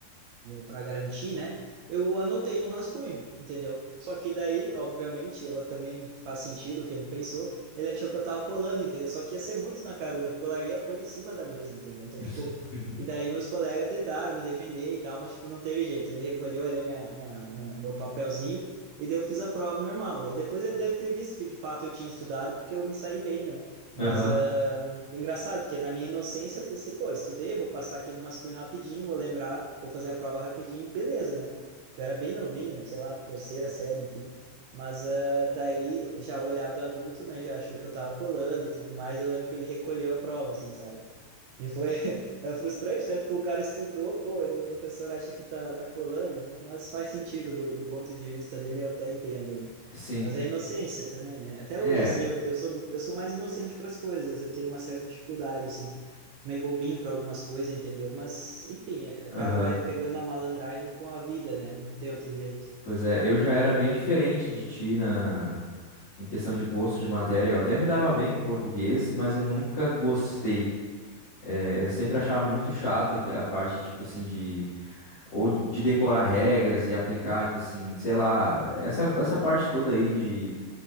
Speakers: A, on the right (about 80°); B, on the left (about 60°).
A: é, para garantir, né? Eu anotei num rascunho, entendeu? Só que daí, obviamente, eu também faz sentido o que ele pensou. Ele achou que eu tava colando, entendeu? Só que ia ser muito na caruda, porque eu larguei a folha em cima da mesa, entendeu? Então,
B: <laughs>
A: tipo, e daí meus colegas tentaram me defender e tal, mas, tipo, não teve jeito. Ele recolheu ali a minha, minha, minha- meu papelzinho e daí eu fiz a prova normal. Daí depois ele deve ter visto que de fato eu tinha estudado, porque eu me saí bem, né? Mas,
B: Aham.
A: ah, engraçado, porque na minha inocência eu pensei, pô, estudei, vou passar aqui no rascunho rapidinho, vou lembrar, vou fazer a prova rapidinho, beleza, né? Que eu era bem novinho, sei lá, terceira série, enfim. Mas ah, daí, já o olhar do adulto, né, já achou que eu tava colando e tudo mais, eu lembro que ele recolheu a prova, assim, sabe? E foi <laughs> é frustrante, né? Porque o cara estudou, pô, e daí o professor acha que tá, tá colando, né? Mas faz sentido do, do ponto de vista dele, eu até entendo, né?
B: Sim.
A: Mas é inocência também, né? Até
B: É.
A: hoje, assim, eu, eu sou, eu sou mais inocente para as coisas, eu tenho uma certa dificuldade, assim, meio bobinho para algumas coisas, entendeu? Mas, enfim, é- o
B: Aham.
A: cara vai pegando a malandragem com a vida, né? Não tem outro jeito.
B: Pois é, eu já era bem diferente de ti na em questão de gosto de matéria. Eu até me dava bem com português, mas eu nunca gostei. É, eu sempre
A: Uhum.
B: achava muito chato aque- a parte, tipo assim, de... Ou de decorar regras e aplicar, tipo assim, sei lá. Essa, essa parte toda aí de...